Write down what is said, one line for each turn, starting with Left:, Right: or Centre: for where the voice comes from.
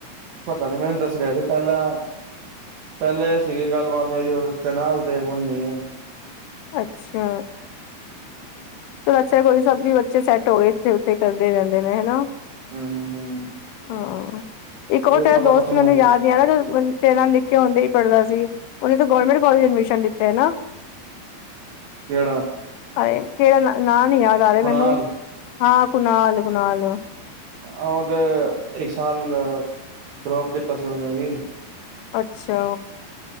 Right: ਪਤਾ ਨੀ ਮੈਨੂੰ ਦੱਸ ਰਿਹਾ ਸੀ ਪਹਿਲਾਂ ਪਹਿਲੇ ਇਹ ਸੀਗੀ ਗੱਲਬਾਤ ਮੇਰੀ ਉਸਦੇ ਨਾਲ ਤੇ ਹੁਣ ਨੀ ਹੈ।
Left: ਅੱਛਾ। ਚਲੋ ਅੱਛਾ ਕੋਈ ਸਭ ਵੀ ਬੱਚੇ ਸੈੱਟ ਹੋ ਗਏ, ਇੱਥੇ ਉੱਥੇ ਕਰਦੇ ਰਹਿੰਦੇ ਨੇ ਹਨਾ।
Right: ਹੂੰ, ਹੂੰ, ਹੂੰ
Left: ਹਾਂ ਇੱਕ
Right: ਉਹ
Left: ਹੋਰ
Right: ਵੀ ਆਪਣਾ
Left: ਤੇਰਾ ਦੋਸਤ
Right: ਵਾਲਾ ਚੰਗਾ
Left: ਮੈਨੂੰ
Right: ਸੀਗਾ
Left: ਯਾਦ ਨਹੀਂ ਆ ਰੇਹਾ ਤੇਰੇ ਨਾਲ ਨਿੱਕੇ ਹੁੰਦੇ ਹੀ ਪੜ੍ਹਦਾ ਸੀ, ਉਹਨੇ ਤਾਂ ਗੌਰਮੈਂਟ ਕੋਲਜ ਐਡਮਿਸ਼ਨ ਲਿਤਾ ਨਾ।
Right: ਕਿਹੜਾ।
Left: ਅ ਕਿੜਾ ਨਾਮ ਨੀ ਯਾਦ ਆ ਰਿਹਾ
Right: ਕੁਨਾਲ
Left: ਮੈਨੂੰ ਹਾਂ ਕੁਨਾਲ ਕੁਨਾਲ।
Right: ਆ ਔ ਤੇ ਇੱਕ ਸਾਲ ਡਰੋਪ ਕੀਤਾ ਸੀ ਉਹਨੇ ਵੀ
Left: ਅੱਛਾ।